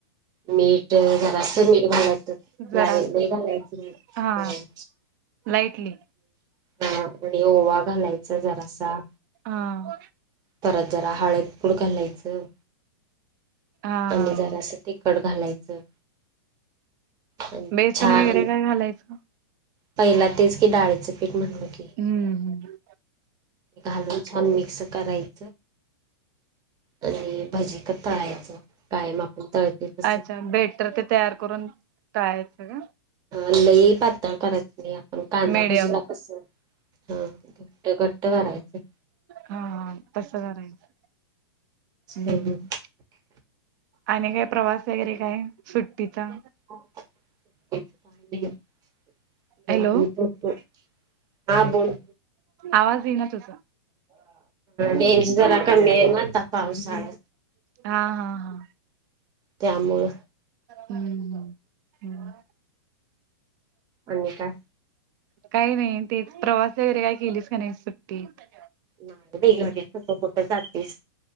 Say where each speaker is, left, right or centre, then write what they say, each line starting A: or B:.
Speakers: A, on the right; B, on the right.
A: मीठ जरा असं मीठ घालायच
B: जरासं
A: लई घालायच नाही
B: हा लाईटली
A: हा आणि ओवा घालायचा जरासा
B: हां
A: परत जरा हळद पूड घालायचं
B: हा
A: आणि् जरा असं तिखट घालायचं. आणि
B: बेसन
A: छान
B: वगैरे काय घालायचं?
A: पहिला तेच क की डाळीच म्हणल की
B: हम्म
A: घालून छान मिक्स करायचं आणि भजी क तळायचं कायम आपण तळतोय कसं
B: अच्छा बेटर ते तयार करून तळायचं का?
A: अ लई पातळ करायच नाही आपण कांदा
B: मीडियम.
A: भजीला कसं हा घट्ट घट्ट करायच
B: हा हा तसं करायचं हम्म.
A: हम्
B: आणि काय प्रवास वगैरे काय सुट्टीचा?
A: <unintelligible>
B: हॅलो
A: हा बोल
B: आवाज येई ना तुझ
A: रेंज जरा कमी आहे ना पावसाळ्यात
B: हा हा हा..
A: त्यामुळं
B: हम्म हम् हम्म
A: आणि काय
B: काही नाही ते प्रवास वगैरे काय केलीच का नाही सुट्टीत
A: नाही बाई घरी कुठ जातीस